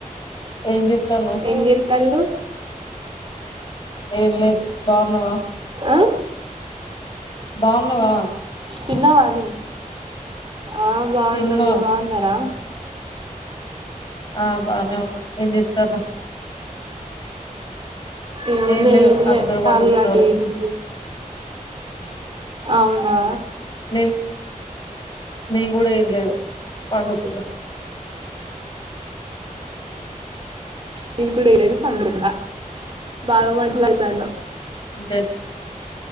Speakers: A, on the left (about 35°); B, on the right (about 40°).
A: ఏం చెప్తానవ్
B: ఎం చేతల్లు
A: ఏం లేదు బాగున్నావా
B: ఆ
A: బాగున్నావా
B: తిన్నావానే ఆ బాగున్నా
A: తిన్నా
B: మీరు బాగున్నారా
A: ఆ బానే ఉన్నా ఎం చెస్తానవ్
B: ఎం ఉందే
A: ఏం లేదు
B: ఎం లే
A: అందరు
B: కాళీ
A: పండుకున్నారు
B: అటు ఇటు తిరుగు అవునా
A: నేం నేను కూడా ఏం తినలేదు పండుకున్న
B: నేను కూడాలేదు పండుకున్నా బాగా మాట్లాడుతానవ్
A: జ్